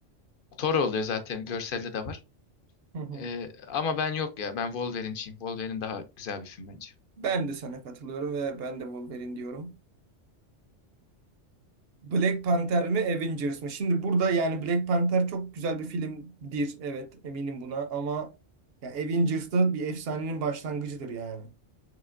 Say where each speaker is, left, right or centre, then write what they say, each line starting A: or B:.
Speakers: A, on the left; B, on the right.
A: Thor oluyor zaten görselde de var.
B: Hı hı.
A: Ee, ama ben yok ya ben Wolverine'ciyim. Wolverine daha güzel bir film bence.
B: Ben de sana katılıyorum ve ben de Wolverine diyorum. Black Panther mi Avengers mı? Şimdi burada yani Black Panther çok güzel bir filmdir. Evet eminim buna ama ya Avengers da bir efsanenin başlangıcıdır yani